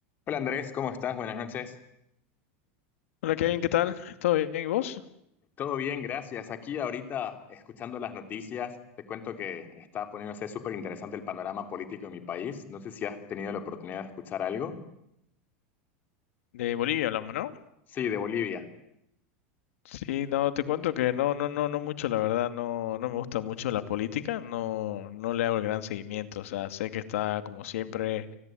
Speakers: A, on the left; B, on the left.
A: Hola Andrés, ¿cómo estás? Buenas noches.
B: Hola Kevin, ¿qué tal? ¿Todo bien? ¿Y vos?
A: Todo bien, gracias. Aquí ahorita escuchando las noticias, te cuento que está poniéndose súper interesante el panorama político en mi país. No sé si has tenido la oportunidad de escuchar algo.
B: De Bolivia hablamos, ¿no?
A: Sí, de Bolivia.
B: Sí, no, te cuento que no, no, no, no mucho, la verdad, no, no me gusta mucho la política, no, no le hago el gran seguimiento, o sea, sé que está como siempre